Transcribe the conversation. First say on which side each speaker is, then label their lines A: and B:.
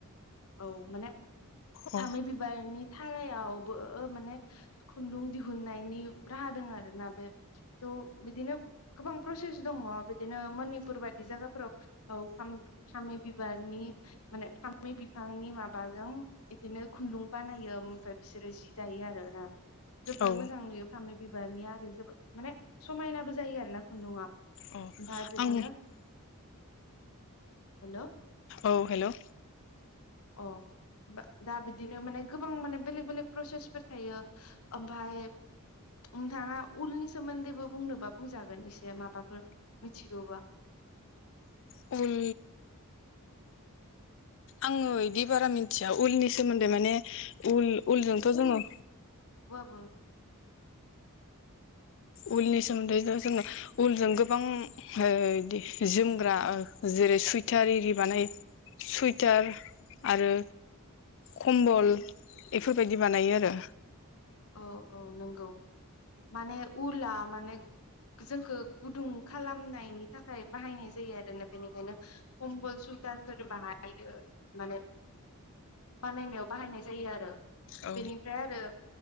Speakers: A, on the left; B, on the left.
A: औ माने
B: अ
A: फामे बिबारनि थारायावबो माने खुन्दुं दिहुननायनि राहा दोङो आरोना बे थ' बिदिनो गोबां प्रसेस दङ बिदिनो मनिपुर बादि जायगाफोराव औ फामे फामि बिबारनि माने फामे बिफांनि माबाजों बिदिनो खुन्दुं बानायो ओमफ्राय बिसोरो जि दायो आरो ना। जोबोद
B: औ
A: मोजां नुयो फामि बिबारनिया आरो जोबोद माने समायनाबो जायो आरो ना खुन्दुआ। ओमफ्राय
B: अ
A: बिदिनो
B: आं
A: हेलौ
B: औ हेलौ
A: अ बा दा बिदिनो माने गोबां माने बेलेक बेलेक प्रसेसफोर थायो ओमफाय नोंथाङा उलनि सोमोन्दैबो बुंनोबा बुंजागोन एसे माबाफोर मिथिगौबा
B: उल आङो बिदि बारा मिथिया उलनि सोमोन्दै माने उल उलजोंथ जोंङो
A: औ मा
B: उलनि सोमोन्दै जों जोंङो उलजों गोबां ओ जोमग्रा जेरै सुइथार एरि बानायो सुइटार आरो खम्बल बेफोरबायदि बानायो आरो
A: औ औ नंगौ माने उला माने जोंखौ गुदुं खालामनायनि थाखाय बाहायनाय जायो आरो ना बेनिखायनो खम्बल सुथुरफोर बानायो माने बानायनायाव बाहायनाय जायो आरो
B: औ
A: बेनिफ्राय आरो